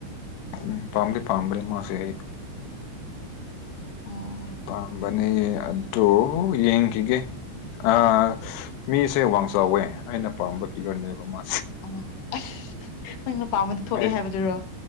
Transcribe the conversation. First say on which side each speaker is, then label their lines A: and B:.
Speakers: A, on the left (about 70°); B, on the left (about 90°).
A: ꯎꯝ ꯄꯥꯝꯗꯤ ꯄꯥꯝꯕꯅꯦ ꯃꯥꯁꯦ ꯑꯩ
B: ꯑꯣ
A: ꯄꯥꯝꯕꯅꯦ ꯑꯗ‌ꯣ ꯌꯦꯡꯈꯤꯒꯦ ꯑꯥ ꯃꯤꯁꯦ ꯋꯥꯡ ꯆꯥꯎꯋꯦ ꯑꯩꯅ ꯄꯥꯝꯕ ꯐꯤꯒꯔꯅꯦꯕ ꯃꯥ
B: ꯑꯣ ꯑꯁ ꯅꯪꯅ ꯄꯥꯝꯕꯗꯣ ꯊꯣꯛꯑꯦ
A: ꯑꯩ
B: ꯍꯥꯏꯕꯗꯨꯔꯣ